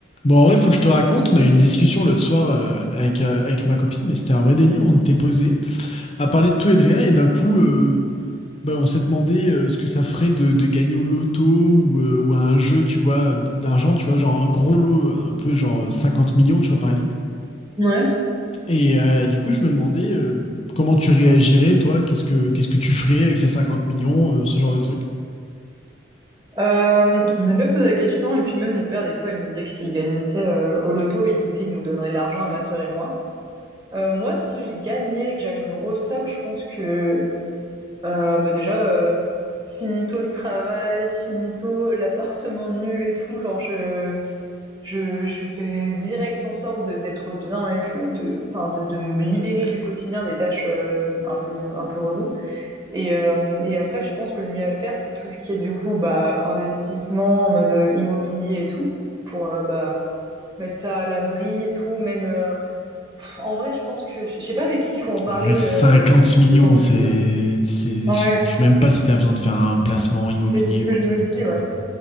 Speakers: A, on the left; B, on the right.
A: Bon, en vrai, faut que je te raconte. On a eu une discussion l'autre soir euh, avec, euh, avec ma copine, mais c'était un vrai délire. On était posé à parler de tout et de rien, et d'un coup, euh, bah, on s'est demandé euh, ce que ça ferait de, de gagner au loto ou, euh, ou à un jeu, tu vois, d'argent, tu vois, genre un gros lot, un peu genre 50 millions, tu vois, par exemple.
B: Ouais.
A: Et euh, du coup, je me demandais euh, comment tu réagirais, toi, qu'est-ce que qu'est-ce que tu ferais avec ces 50 millions, euh, ce genre de truc?
B: Euh, je me suis déjà posé la question, et puis même mon père, des fois, il me disait que s'il gagnait, tu sais, euh, au loto, il, tu sais, il nous donnerait de l'argent à ma sœur et moi. Euh, moi, si je gagnais, que j'avais une grosse somme, je pense que, euh, bah déjà, euh, finito le travail, finito l'appartement nul et tout, genre, je, je, je fais direct en sorte de- d'être bien et tout, de, enfin, de, de me libérer du quotidien des tâches, euh, un peu, un peu reloues. Et, euh, et après, je pense que le mieux à faire, c'est tout ce qui est du coup bah, investissement en mode euh, immobilier et tout, pour euh, bah, mettre ça à l'abri et tout. Même euh, pff, en vrai, je pense que je sais pas avec qui il faut en parler
A: En vrai, 50
B: euh, de
A: millions,
B: ce genre de
A: c'est,
B: choses.
A: c'est, je
B: Ouais,
A: sais je sais même pas si tu as besoin de faire un placement immobilier
B: Et c'est ce que
A: ou un
B: je
A: truc
B: me
A: comme
B: dis,
A: ça.
B: ouais.